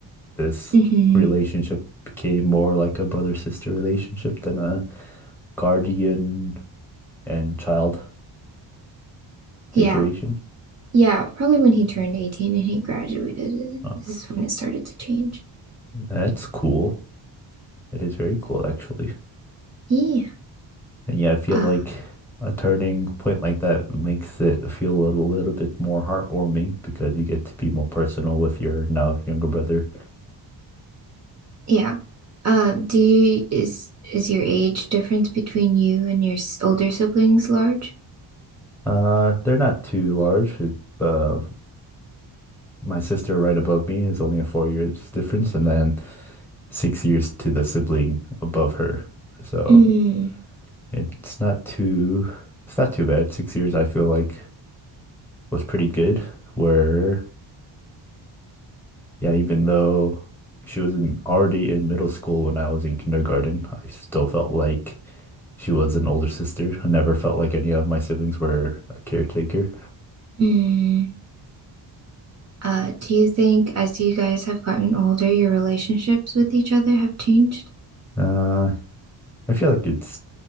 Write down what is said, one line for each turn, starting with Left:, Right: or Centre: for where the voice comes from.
Centre: this
Right: hmm
Centre: relationship became more like a brother-sister relationship than a guardian and child
Right: Yeah.
Centre: situation.
Right: Yeah, probably when he turned 18 and he graduated,
Centre: Uh,
Right: this is when it started to change.
Centre: that's cool. It is very cool actually.
Right: Yeah.
Centre: And yeah, I feel
Right: Uh,
Centre: like a turning point like that makes it feel a little, little bit more heartwarming because you get to be more personal with your now younger brother
Right: yeah. Um, do you, is is your age difference between you and your older siblings large?
Centre: Uh, they're not too large. It- Uh, my sister right above me is only a four years difference, and then six years to the sibling above her. So
Right: Mm,
Centre: it's not too, it's not too bad. Six years I feel like was pretty good. Where yeah, even though she was in, already in middle school when I was in kindergarten, I still felt like she was an older sister. I never felt like any of my siblings were a caretaker.
Right: mm. Uh, do you think as you guys have gotten older, your relationships with each other have changed?
Centre: Uh, I feel like it's